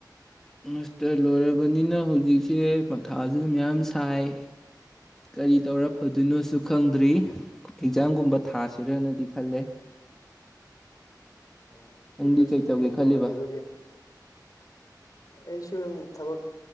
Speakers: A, in the centre; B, on the left.
A: ꯃꯁꯇꯔ ꯂꯣꯏꯔꯕꯅꯤꯅ ꯍꯧꯖꯤꯛꯁꯦ ꯃꯊꯥꯁꯨ ꯃꯌꯥꯝ ꯁꯥꯏ ꯀꯔꯤ ꯇꯧꯔ ꯐꯗꯣꯏꯅꯣꯁꯨ ꯈꯪꯗ꯭ꯔꯤ ꯑꯦꯛꯖꯥꯝꯒꯨꯝꯕ ꯊꯥꯁꯤꯔꯅꯗꯤ ꯈꯜꯂꯦ
B: ꯑꯣ
A: ꯅꯪꯗꯤ
B: ꯄ꯭ꯔꯤꯄꯦꯔꯦꯁꯟꯗꯤ
A: ꯀꯩ ꯇꯧꯒꯦ
B: ꯀꯩꯝ
A: ꯈꯜꯂꯤꯕ
B: ꯇꯧꯔꯒꯦ ꯑꯗꯨꯒꯤ ꯑꯩꯁꯨ ꯌꯨꯝ ꯊꯕꯛ